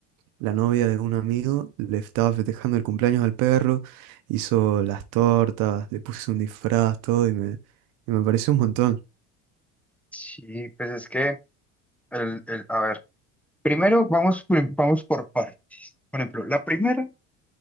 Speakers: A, on the right (about 65°); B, in the centre.
A: la novia de un amigo le estaba festejando el cumpleaños al perro, hizo las tortas, le puso un disfraz, todo, y me, y me pareció un montón.
B: Sí, pues es que, el, el- a ver, primero vamos, prim- vamos por partes. Por ejemplo, la primera